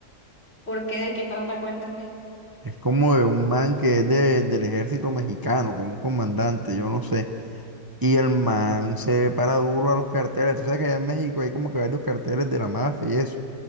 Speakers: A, on the left; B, on the right.
A: ¿Por qué? ¿De qué trata? Cuéntame.
B: Es como de un man que es de- del ejército mexicano, como un comandante, yo no sé. Y el man se para duro a los carteles. Tú sabes que allá en México hay como que varios carteles de la mafia y eso.